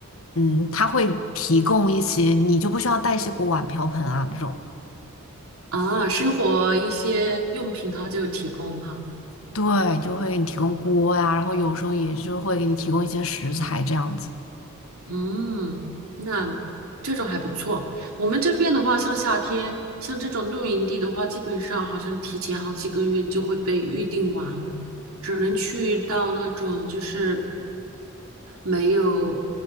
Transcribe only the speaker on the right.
啊，生活一些用品它就有提供哈，
嗯，那这种还不错。我们这边的话，像夏天，像这种露营地的话，基本上好像提前好几个月就会被预定完了，只能去到那种就是。没有，